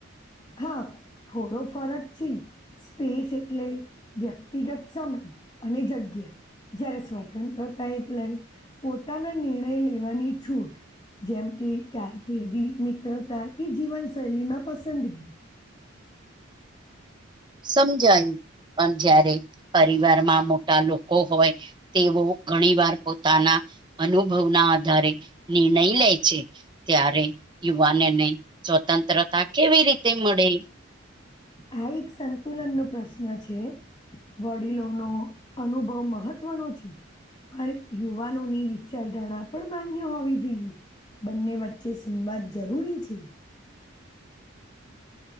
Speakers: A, on the left (about 20°); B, on the right (about 20°).
A: હા થોડો ફરક છે. સ્પેસ એટલે વ્યક્તિગત સમય અને જગ્યા જયારે સ્વતંત્રતા એટલે પોતાના નિર્ણય લેવાની છૂટ જેમ કે કારકિર્દી મિત્રતા કે જીવનશૈલી માં પસંદગી
B: સમજાયું પણ જયારે પરિવારમાં મોટા લોકો હોય તેઓ ઘણી વાર પોતાના અનુભવના આધારે નિર્ણય લે છે. ત્યારે યુવાનને સ્વતંત્રતા કેવી રીતે મળે
A: આ એક સંતુલન નો પ્રશ્ન છે. વડીલો નો અનુભવ મહત્વનો છે. પણ યુવાનો ની વિચારધારણા પણ માન્ય હોવી જોઈએ. બંને વચ્ચે સુમવા જરૂરી છે.